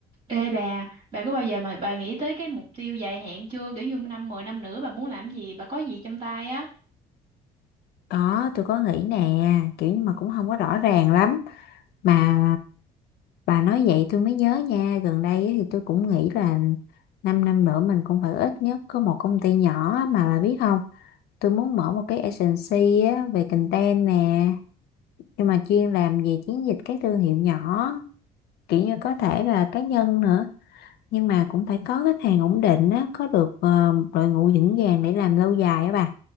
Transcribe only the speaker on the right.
Ê bà, bà có bao giờ mà bà nghĩ tới cái mục tiêu dài hạn chưa? Kiểu như năm 10 năm nữa bà muốn làm gì, bà có gì trong tay á?